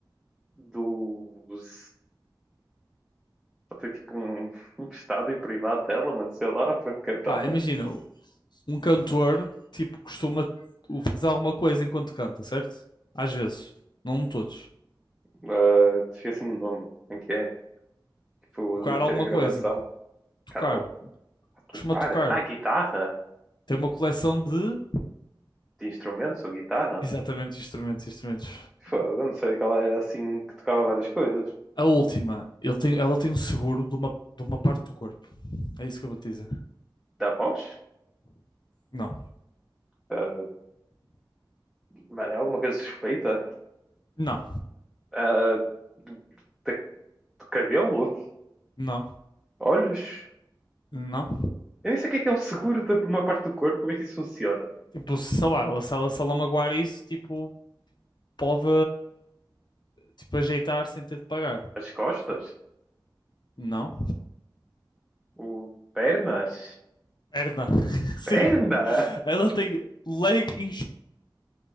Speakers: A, in the centre; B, on the left.
A: Dos. Ela Tem tipo um, <laughs> um estádio privado dela, mano. Sei lá, para cantar.
B: Ah, imagina, um cantor, tipo, costuma o- fazer alguma coisa enquanto canta, certo? Às vezes. Não todos.
A: Uh, esqueci-me o nome. Em que é? Tipo,
B: Tocar
A: de meter
B: alguma
A: a gravação.
B: coisa. Tocar.
A: Carol? A tocar?
B: Costuma tocar.
A: Ah, guitarra?
B: Tem uma coleção de
A: De instrumentos ou guitarra?
B: exatamente instrumentos, instrumentos.
A: Fogo, eu não sabia que ela era assim que tocava várias coisas.
B: A última, ele tem, ela tem um seguro de uma, de uma parte do corpo. É isso que eu vou te dizer.
A: Da voz?
B: Não,
A: Da... Mano, é alguma coisa suspeita?
B: não,
A: Ah, do, da- do cabelo?
B: não,
A: Olhos?
B: não.
A: Eu nem sei o que é que é um seguro da por uma parte do corpo, como é que isso funciona?
B: Tipo, sei lá, ela, se ela, se ela magoar isso, tipo, pode tipo, ajeitar sem ter de pagar.
A: As costas?
B: Foi. Não.
A: O... Pernas?
B: Perna. <laughs> Sim.
A: Perna?
B: Ela tem leg insurance.